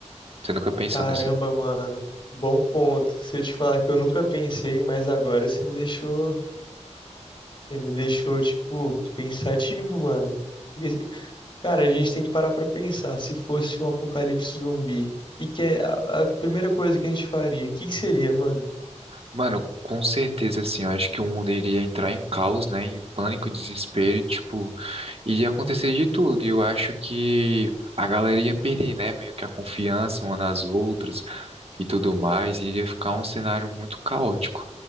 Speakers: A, on the right (about 55°); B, on the left (about 45°).
A: Você nunca pensou
B: Caramba,
A: nessas
B: mano, bom ponto. Se eu te falar que eu nunca pensei, mas agora você me deixou, você me deixou, tipo, pensativo, mano. Porque, se- cara, a gente tem que parar pra pensar. Se fosse um apocalipse zumbi, o que que é a, a primeira coisa que a gente faria? O que que seria, mano?
A: Mano, com certeza, assim, eu acho que o mundo iria entrar em caos, né? Em pânico, desespero, e, tipo, iria acontecer de tudo. E eu acho que a galera ia perder, né? Meio que a confiança uma nas outras e tudo mais. Iria ficar um cenário muito caótico.